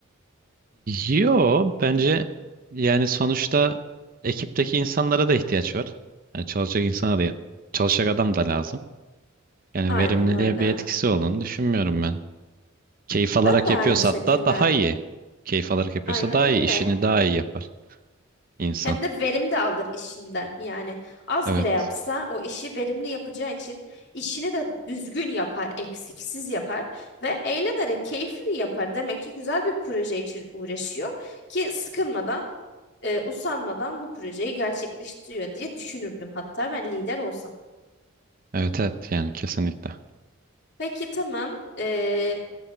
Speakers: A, on the right; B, on the left.
A: Yo bence yani sonuçta ekipteki insanlara da ihtiyaç var. Yani çalışacak insana da çalışacak adam da lazım. Yani
B: Aynen
A: verimliliğe
B: öyle.
A: bir etkisi olduğunu düşünmüyorum ben. Keyif alarak
B: Ben de aynı
A: yapıyorsa
B: şekilde.
A: hatta daha iyi. Keyif alarak yapıyorsa
B: Aynen
A: daha
B: öyle.
A: iyi. işini daha iyi yapar insan.
B: Hem de verim de alır işinden. Yani az
A: Evet.
B: bile yapsa o işi verimli yapacağı için işini de düzgün yapar, eksiksiz yapar ve eğlenerek keyifli yapar. Demek ki güzel bir proje için uğraşıyor ki sıkılmadan e, usanmadan bu projeyi gerçekleştiriyor diye düşünürdüm hatta ben lider olsam.
A: Evet evet yani kesinlikle.
B: Peki tamam. E,